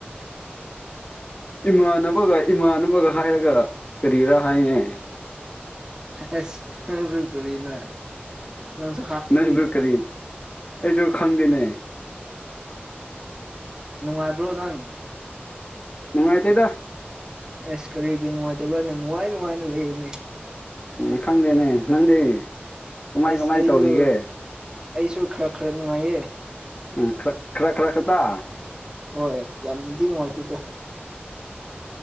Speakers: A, on the left; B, on the right.
A: ꯏꯃꯥꯟꯅꯕꯒ ꯏꯃꯥꯟꯅꯕꯒ ꯍꯥꯏꯔꯒ ꯀꯔꯤꯔꯥ ꯍꯥꯏꯅꯦ
B: ꯑꯁ ꯅꯪꯁꯨ ꯀꯔꯤꯅ ꯅꯪꯁꯨ ꯍꯥꯏꯅꯤ
A: ꯅꯪꯁꯨ ꯀꯔꯤ ꯑꯩꯁꯨ ꯈꯪꯗꯦꯅꯦ
B: ꯅꯨꯡꯉꯥꯏꯕ꯭ꯔꯣ ꯅꯪ
A: ꯅꯨꯡꯉꯥꯏꯇꯦꯗ
B: ꯑꯦꯁ ꯀꯔꯤꯒꯤ ꯅꯨꯡꯉꯥꯏꯇꯕ꯭ꯔ ꯅꯪ ꯅꯨꯡꯉꯥꯏ ꯅꯨꯡꯉꯥꯏꯅ ꯂꯩꯌꯨꯅꯦ
A: ꯎꯝ ꯈꯪꯗꯦꯅꯦ ꯅꯪꯗꯤ ꯀꯃꯥꯏ
B: ꯑꯁ
A: ꯀꯃꯥꯏ
B: ꯑꯩꯁꯨ
A: ꯇꯧꯔꯤꯒꯦ
B: ꯑꯩꯁꯨ ꯈꯔ ꯈꯔ ꯅꯨꯡꯉꯥꯏꯌꯦ
A: ꯎꯝ ꯈꯔ ꯈꯔ ꯈꯔ ꯈꯠꯇ
B: ꯍꯣꯏ ꯌꯥꯝꯅꯗꯤ ꯅꯨꯡꯉꯥꯏꯇꯦꯗ